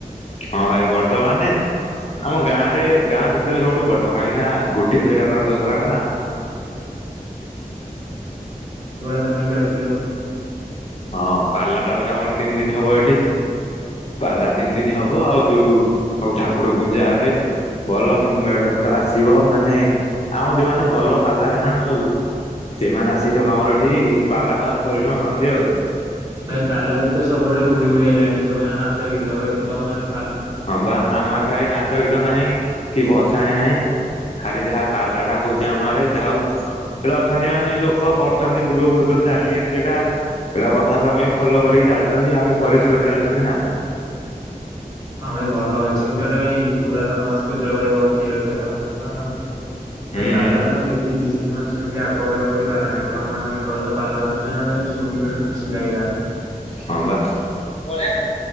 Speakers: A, on the left; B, on the right.
A: ହଁ ଭ ବ ବ ମାନେ ଆମ ଗାଁ ରେ ଗାଁ ଭିତରେ ସବୁଠୁ ବଡ କାହିଁକି ନା ଗୋଟିଏ ତ ସେଇଟା କର ଦ ସରାଡ ନା
B: ଇ ଚାଲିଛି
A: ହଁ ପାରିଲା ତାପରେ ଆମର ତିନି ଦିନ ହବ ଏଠି ପାଲା ତିନି ଦିନ ହବ ଆଉ ଯୋଉ ସବୁ ଠାକୁର ପୂଜା ହେବେ ଭଲ ମେଢ ଫେଢ ଆସିବ ମାନେ ଆମ ଯୋଉମାନେ ଭଲ ପାଲା କାହାଣ ସବୁ ସେମାନେ ଆସି ସବୁ କମର ଏଠି ପାଲା କାର ପରରିକ୍ଷଣ କରନ୍ତି ଆଉ
B: ଭାଇ ପାଲା ଦେଖ ସବୁଡେ ବୁଢଡି ବୁଡିଆ ହେଇଲାଣି ସବୁ ନାଚ ଗୀତ ଭାଇ କିନ୍ତୁ ତମର
A: ହଁ ବା ଆମର ଭଇ ନାଚ ଗୀତ ନାହିଁ କି ଭସାଣିୀ ନାହିଁ ଖାଲି ଯାହା ପାଲାଟା ହଉଛି ଆମ ଘରେ ଯାହା ହଉ ସେଟା ଅଛନ୍ତି ମାନେ ଲୋକ କରୁଛନ୍ତି ପୂର୍ବ ପୁରୁଷରୁ ଚାଲି ଆସିଛି ସେଟା ସେଟା ପ୍ରଥାକୁ ଆମେ ବି ଫଲୋ କରିକି ଚାଲିଛନ୍ତି ଆମେ ପରିଶ କରିକି ଚାଲିଛନ୍ତି ନା
B: ହଁ ଭାଇ ଭଲ ଭାଇ ସେମିତିଟ ଏଇ ପୁରାତନ ସଂସ୍କୃତିର ଭାଇ ବଞ୍ଚିକି ରଖିବା ଟା ଭଲ ନା ଆଉ
A: ହୁଁ
B: ଭାଇ ପିଲା
A: ହୁଁ
B: ତ ମୁଁ ଦେଖୁଛି ସେ ସେମାନେ ସେମିତି ଆଗ ଭଳିଆ କୋଉଠି ପାରିଲାହିଁ ତମର ଭାଇ କହିଲ ପାରିଲା ହଉଛି ମ ଶୁଣିି ଗୋଟେ ଖୁସି ଲାଗିଲା
A: ହ ବା ପଆ